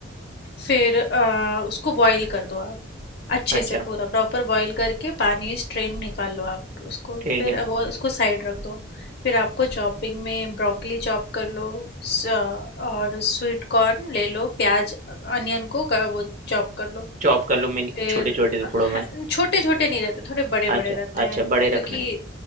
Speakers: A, on the left (about 55°); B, on the right (about 40°).
A: फिर अ, उसको बॉईल कर दो आप अच्छे
B: अच्छा
A: से पूरा प्रॉपर बॉईल करके पानी स्ट्रेन निकाल लो आप उसको
B: ठीक
A: फिर
B: है
A: अब वो उसको साइड रख दो फिर आपको चॉपिंग में ब्रोकली चॉप कर लो स- और स्वीट कॉर्न ले लो प्याज अनियन को क- वो चॉप कर लो
B: चॉप कर लो मिनी
A: फिर
B: छोटे छोटे टुकड़ों में
A: छोटे छोटे नहीं रहते थोड़े बड़े बड़े
B: अच्छा
A: रहते
B: अच्छा
A: हैं
B: बड़े
A: क्योंकि
B: रखने हैं